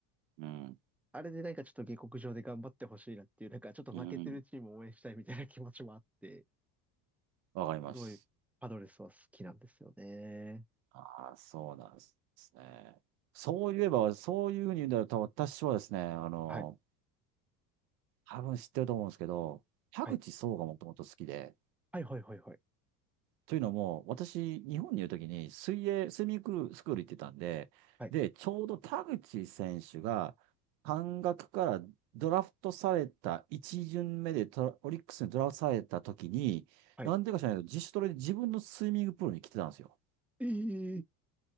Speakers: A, on the right; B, in the centre.
A: うん。
B: あれでなんかちょっと下克上で頑張ってほしいなっていう、なんかちょっと負けてるチームを応援したいみたいな気持ちもあって、
A: うん。わかります。
B: すごいパドレスは好きなんですよね。
A: ああ、そうなんですね。そういえば、そういうふうに言うんだと、私はですね、あの、
B: はい。
A: 多分知ってると思うんですけど、田口壮がもともと好きで、
B: はい。はいはいはいはい。
A: というのも、私、日本にいるときに水泳、スイミングスクール行ってたんで、
B: はい。
A: で、ちょうど田口選手が、関学からドラフトされた、1巡目でトラオリックスにドラフトされたときに、
B: はい。
A: なんでか知らないけど、自主トレで自分のスイミングプールに来てたんですよ。
B: ええー、